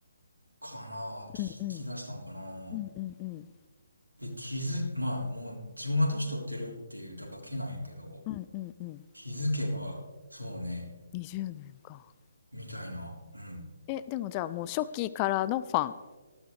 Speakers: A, on the right; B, on the left.
A: かな、聞き出したんかな。
B: うんうん。うんうんうん。
A: で、気づ、まあ、もう自分が年取ってるっていうだけなんやけど、
B: うんうんうん。
A: 気づけば、そうね、
B: 20年か。
A: みたいな。うん。
B: え、でもじゃあもう初期からのファン。